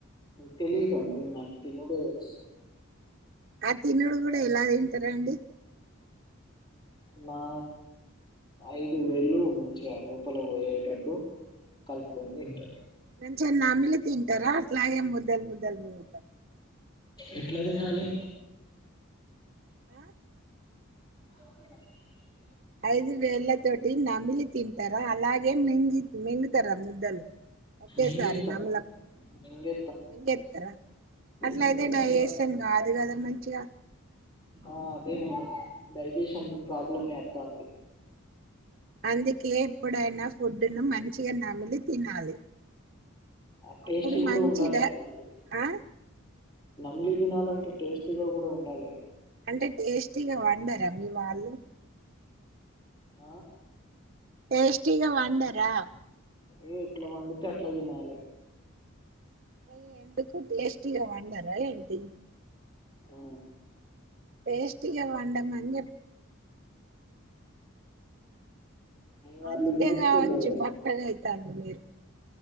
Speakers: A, on the left; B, on the right.
A: తెలిదండి నాకు తినుడు తెలుసు
B: ఆ తినడు కూడా ఎలా తిన్ తే లేండి
A: నా ఐదు వేళ్ళు మంచిగా లోపల పోయేటట్టు కలుపుకొని తింటా
B: నం చెం నమిలి తింటారా ట్లాయే ముదల్ ముదల్ మింగుతా
A: ఎట్లా తినాలి
B: ఆ?
A: <inaudible>
B: ఐదు వేళ్ల తోటి నమిలి తింటారా అలాగే మింగి మింగిల్ స్తారా ముద్దలు ఒకేసారి
A: మింగేత్తం
B: నమలకు
A: మింగేత్తం
B: మింగేత్తారా అసలైతే
A: కూర
B: డైసేషన్ కాదు కదా మంచిగా
A: ఆ అదే మేడం డైజెషన్ ప్రాబ్లం ఏత్తాంది
B: అందుకే ఎప్పుడైనా ఫుడ్డు ను మంచిగా నమిలి తినాలి
A: ఆ టేస్ట్
B: అప్పుడు
A: కూడా
B: మంచి
A: ఉండాలి
B: డ
A: కదా అండి
B: ఆ
A: నమిలి తినాలంటే టేస్టు గా కూడా ఉండాలి కదా
B: అంటే టేస్టీగా వండరా మీ వాళ్ళు
A: ఆ
B: టేస్టిగా వండరా
A: ఏ ఎట్లా వండుతే అట్లా తినాలె
B: అయ్య ఎందుకు టేస్టీ గా వండరా ఏంటి
A: ఆ
B: టేస్ట్ గా వండమని జెప్
A: వాళ్ళు
B: అందుకే
A: నేర్చుకోలేదు
B: కావచ్చు
A: కదా
B: బక్కగ అయితాండ్రు మీరు <inaudible>